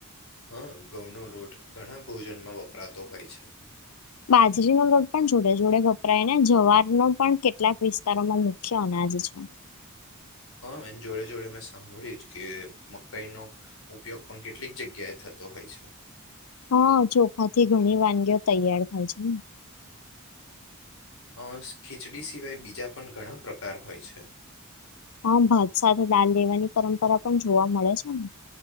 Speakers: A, on the left; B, on the left.
A: હા ઘઉંનો લોટ ઘણા ભોજનમાં વપરાતો હોય છે.
B: બાજરીનો લોટ પણ જોડે-જોડે વપરાય ને જવાર નો પણ કેટલાક વિસ્તારોમાં મુખ્ય અનાજ ના જ છે.
A: હા એન જોડે-જોડે મેં સાંભળ્યું છ કે મકાઈનો ઉપયોગ પણ કેટલીક જગ્યાએ થ તો હોય છે.
B: હા ચોખાથી ઘણી વાનગીઓ તૈયાર થાય છે ને.
A: અહ ખીચડી સિવાય બીજા પણ ઘણા પ્રકાર હોય છે.
B: હા ભાત સાથ દાળ લેવાની પરંપરા પણ જોવા મળે છે ને.